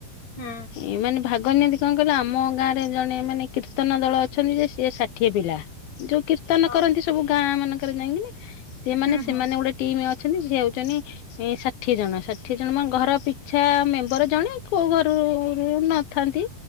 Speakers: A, on the left; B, on the left.
A: ହୁଁ।
B: ଏ ମାନେ ଭାଗନୀଅନ୍ତି କଣ କହିଲ ଆମ ଗାଁରେ ଜଣେ ମାନେ କିର କୀର୍ତ୍ତନ ଦଳ ଅଛନ୍ତି ଯେ ସିଏ ଷାଠିଏ ପିଲା ଯୋଉ କୀର୍ତ୍ତନ
A: ହଁ।
B: କରନ୍ତି ସବୁ ଗାଁ ମାନଙ୍କରେ ଯାଇକିନି। ସିଏ ମାନେ
A: ହୁଁ
B: ସେମାନେ
A: ହୁଁ
B: ଗୋଟେ ଟିମ୍ ଅଛନ୍ତି ସେଏ ହଉଛନ୍ତି। ଷାଠିଏ ଜଣ ଷାଠିଏ ଜଣ ମାନେ ଘର ପିଛା ମେମ୍ବର ଜଣେ କୋଉ ଘରୁରୁ ନଥାନ୍ତି।